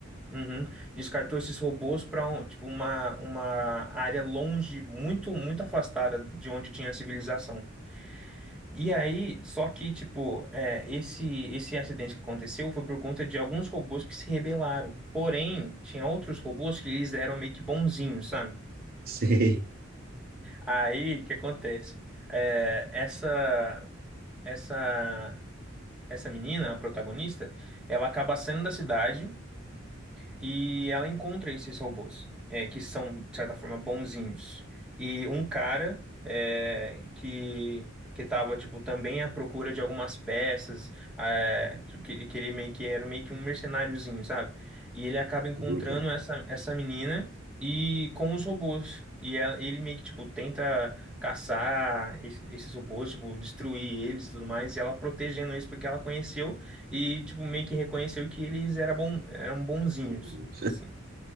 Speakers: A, in the centre; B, on the right.
A: Uhum. Descartou esses robôs para um, tipo uma, uma área longe, muito muito afastada de onde tinha a civilização. E aí, só que tipo, é, esse esse acidente que aconteceu foi por conta de alguns robôs que se rebelaram. Porém, tinha outros robôs que eles eram meio que bonzinhos, sabe?
B: Sei.
A: Aí, o que acontece? É, essa essa essa menina, a protagonista, ela acaba saindo da cidade E ela encontra esses robôs, é, que são, de certa forma, bonzinhos. E um cara é, que, que tava, tipo, também à procura de algumas peças, é, que, que ele meio que era meio que um mercenáriozinho, sabe? E ele acaba encontrando
B: Como é que é?
A: essa, essa menina e com os robôs. E ela- ele meio que, tipo, tenta caçar esse- esses robôs, tipo, destruir eles e tudo mais, e ela protegendo eles porque ela conheceu e, tipo, meio que reconheceu que eles era bom, eram bonzinhos,
B: Uhum.
A: assim.